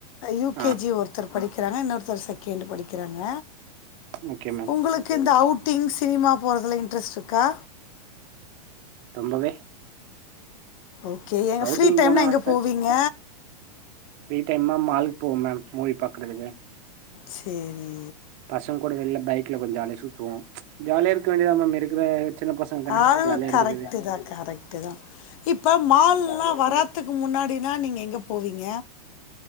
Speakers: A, on the left; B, on the right.
A: யூகேஜி
B: ஆ
A: ஒரு படிக்கிறாங்க இன்னொருத்தர் செகண்டு படிக்கிறாங்க
B: ஓகே மேம்
A: உங்களுக்கு இந்த அவுட்டிங் சினிமா போறதுல இன்ட்ரெஸ்ட் இருக்கா
B: ரொம்பவே
A: ஓகே ஏங்க
B: அவுட்டிங்
A: ஃப்ரீ டைம்னா
B: போன
A: எங்க
B: ஆச
A: போவீங்க
B: ஃப்ரீ டைம்னா மால்க்கு போம் மேம் மூவி பாக்றதுக்கு
A: சேரி
B: பசங்கூட வெள்ள பைக்ல கொஞ்சோ ஜாலியா சுத்துவோ ஜாலியா இருக்க வேண்டிதா மேம் இருக்கிற சின்ன பசங்கதான
A: அது
B: ஜாலியா
A: கரெக்ட்டு
B: இருக்கறது
A: தான், கரெக்ட்டு தான். இப்ப மால்லா வராத்துக்கு முன்னாடினா நீங்க எங்க போவீங்க